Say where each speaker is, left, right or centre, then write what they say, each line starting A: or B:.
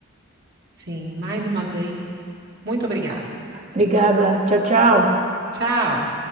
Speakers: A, on the right; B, on the right.
A: sim. Mais uma vez, muito obrigada.
B: Obrigada. Tchau, tchau.
A: Tchau.